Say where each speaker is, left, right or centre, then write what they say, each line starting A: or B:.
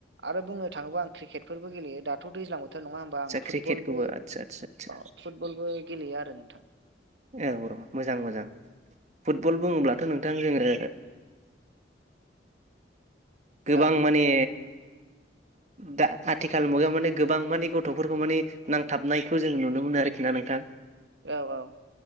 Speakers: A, on the right (about 75°); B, on the right (about 40°).
A: आरो बुंनो थाङोबा आं क्रिकेट फोरबो गेलेयो दाथ' दैज्लां बो थोर नङा होमबा
B: आदसा
A: आं
B: क्रिकेटखौबो
A: फुटबलबो अ
B: आदसा आदसा आदसा
A: फुटबलबो गेलेयो आरो नोंथां
B: एवर' मोजां मोजां फुटबल बुङोब्लाथ' नोंथां जोङो गोबां
A: औ
B: माने दा आथिखाल मुगायाव माने गोबां माने गथ'फोरखौ माने नांथाबनायखौ जोंङ नुनो मोनो आरोखि ना नोंथां
A: औ औ